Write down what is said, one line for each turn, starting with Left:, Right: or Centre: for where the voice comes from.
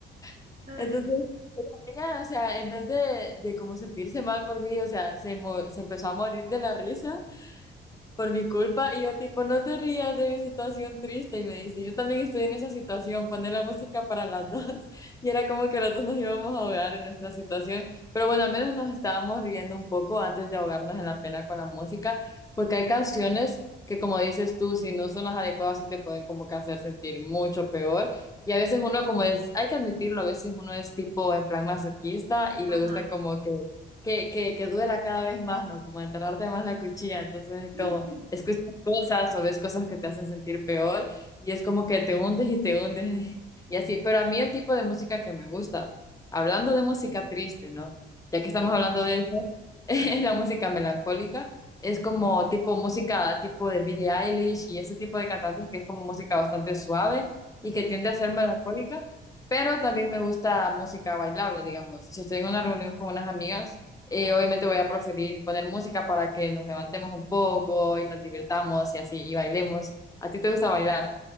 Left: <laughs>
Right: Ay,
Left: Entonces ella, o sea, en vez de, de como sentirse mal por mí, o sea, se, mo- se empezó a morir de la risa por mi culpa. Y yo tipo, no te rías de mi situación triste. Y me dice, yo también estoy en esa situación, poner la música para las dos. <laughs> Y era como que las dos nos íbamos a ahogar en nuestra situación. Pero bueno, al menos nos estábamos riendo un poco antes de ahogarnos en la pena con la música, porque hay canciones que como dices tú, si no son las adecuadas, sí te pueden como que hacer sentir mucho peor. Y a veces uno como es, hay que admitirlo, a veces uno es tipo en plan masoquista y
Right: ajá.
Left: le gusta como que que, que, que duela cada vez más, ¿no? Como enterrarte más la cuchilla. Entonces,
Right: <laughs>
Left: como escuchas cosas o ves cosas que te hacen sentir peor y es como que te hundes y te hundes <laughs> y así. Pero a mí el tipo de música que me gusta, hablando de música triste, ¿no? Ya que estamos hablando de eso, <laughs> es la música melancólica. Es como tipo música tipo de Billie Eilish y ese tipo de cantantes que es como música bastante suave
Right: Ajá.
Left: y que tiende a ser melancólica, pero también me gusta música bailable, digamos. Si estoy en una reunión con unas amigas, eh, obviamente voy a preferir poner música para que nos levantemos un poco y nos divirtamos y así, y bailemos. ¿A ti te gusta bailar?